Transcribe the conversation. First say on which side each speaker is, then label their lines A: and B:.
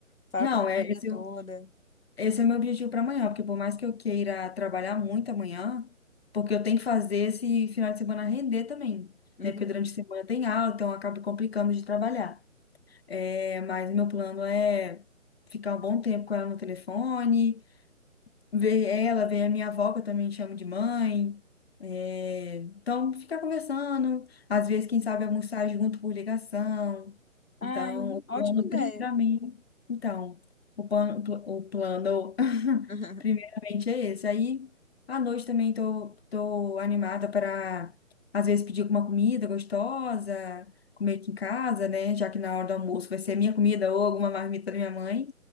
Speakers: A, on the left (about 85°); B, on the left (about 50°).
A: fala
B: Não,
A: com a
B: é,
A: família
B: esse,
A: toda.
B: é o- esse é o meu objetivo para amanhã, porque por mais que eu queira trabalhar muito amanhã, porque eu tenho que fazer esse final de semana render também,
A: Uhum.
B: né? Porque durante a semana tem aula, então acaba complicando de trabalhar. É, mas o meu plano é ficar um bom tempo com ela no telefone, ver ela, ver a minha avó, que eu também chamo de mãe. É, então, ficar conversando, às vezes, quem sabe, almoçar junto por ligação.
A: Ai,
B: Então, o plano,
A: ótima ideia.
B: primeiramente. Então, o plano, o plano, <laughs>
A: <laughs>
B: primeiramente, é esse. Aí, à noite também tô, tô animada para, às vezes, pedir alguma comida gostosa, comer aqui em casa, né? Já que na hora do almoço vai ser minha comida ou alguma marmita da minha mãe.